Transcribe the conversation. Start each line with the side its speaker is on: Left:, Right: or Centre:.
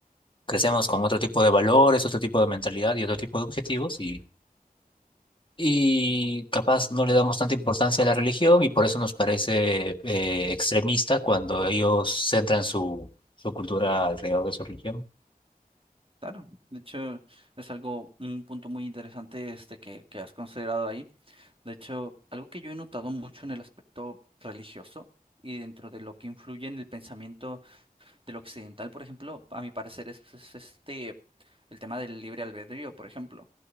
Left: crecemos con otro tipo de valores, otro tipo de mentalidad y otro tipo de objetivos y, y capaz no le damos tanta importancia a la religión y por eso nos parece eh, extremista cuando ellos centran su, su cultura alrededor de su religión.
Right: Claro, de hecho es algo, un punto muy interesante este que, que has considerado ahí. De hecho, algo que yo he notado mucho en el aspecto religioso y dentro de lo que influye en el pensamiento del occidental, por ejemplo, a mi parecer es, es este el tema del libre albedrío, por ejemplo.